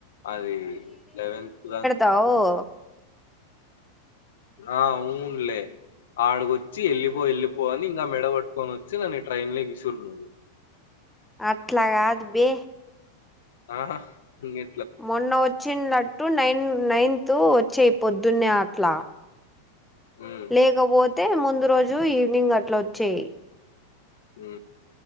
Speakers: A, on the left (about 60°); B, in the centre.
A: అది లెవెన్త్ దా
B: అవ్
A: ఆ ఊనులే ఆడుగొచ్చి వెళ్లిపో వెళ్ళిపోవాలని ఇంకా మెడ పట్టుకొని వచ్చి నన్న ఈ ట్రైన్ లో విసురునవు
B: అట్లగాదు బే
A: ఆహా ఇంగే
B: మొన్న వచ్చినట్టు నైన్ నైన్త్ వచ్చేయి పొద్దున్నే అట్లా
A: ఉమ్
B: లేకపోతే ముందు రోజు ఈవినింగ్ అట్లా వచ్చేయి
A: హ